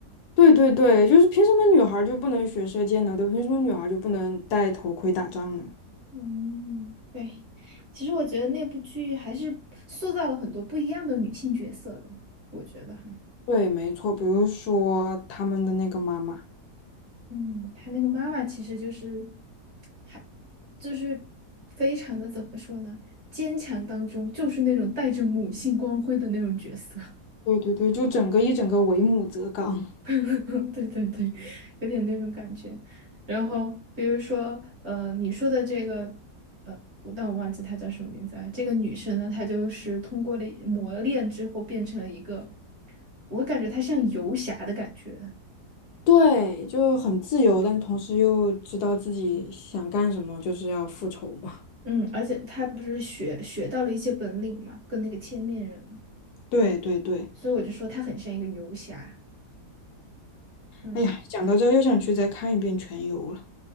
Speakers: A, on the left (about 75°); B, on the right (about 50°).
A: 对对对，就是凭什么女孩儿就不能学射箭呢？对吧凭什么女孩儿就不能戴头盔打仗呢？
B: 嗯，对。其实我觉得那部剧还是塑造了很多不一样的女性角色的，我觉得哈。
A: 对，没错，比如说他们的那个妈妈，
B: 嗯，他那个妈妈其实就是，还就是非常的怎么说呢？坚强当中就是那种带着母性光辉的那种角色，
A: 对对对，就整个一整个为母则刚，
B: <laughs> 对对对，有点那种感觉。然后比如说，呃，你说的这个，呃，我但我忘记她叫什么名字了。这个女生呢，她就是通过了磨练之后变成了一个，我感觉她像游侠的感觉。
A: 对，就很自由，但是同时又知道自己想干什么，就是要复仇嘛。
B: 嗯，而且她不是学学到了一些本领嘛，跟那个千面人。
A: <laughs> 对对对，
B: 所以我就说他很像一个游侠。嗯
A: 哎呀，讲到这儿又想去再看一遍《全游》了。